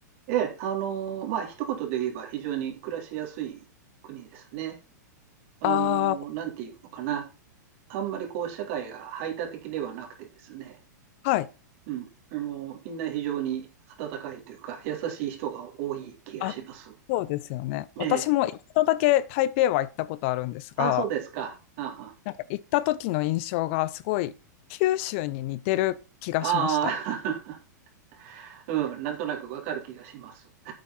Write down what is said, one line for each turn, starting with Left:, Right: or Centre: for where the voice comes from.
Right: ええ、あの、まあ、一言で言えば非常に暮らしやすい国ですね。あの、
Left: あ
Right: なんていうのかな。あんまりこう、社会が排他的ではなくてですね。
Left: あ、はい。
Right: うん。あの、みんな非常に温かいというか、優しい人が多い気がします。
Left: あ、そうですよね。私も一度だけ台北は行ったことあるんですが、
Right: ええ。あ、そうですか。あは
Left: なんか行った時の印象がすごい九州に似てる気がしました。
Right: ああー、<laughs> うん、なんとなくわかる気がします。